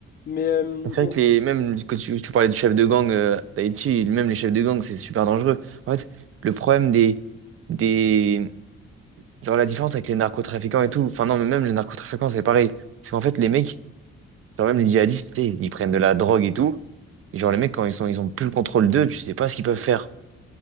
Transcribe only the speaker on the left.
Mais euh,
on-